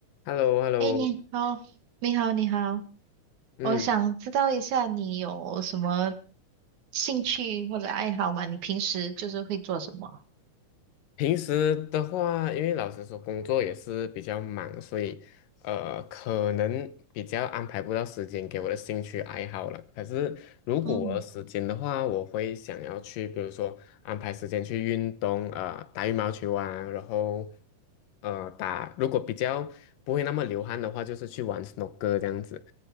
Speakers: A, on the left; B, on the right.
A: h e l l o h e l l
B: 哎，
A: o
B: 你好，你好，你好，
A: 嗯，
B: 我想知道一下你有什么兴趣或者爱好吗？你平时就是会做什么？
A: 平时的话，因为老实说，工作也是比较忙，所以呃，可能比较安排不到时间给我的兴趣爱好了。可是如果我有时间的话，
B: 嗯
A: 我会想要去，比如说安排时间去运动，呃，打羽毛球啊，然后呃，打，如果比较不会那么流汗的话，就是去玩 snooker 这样子。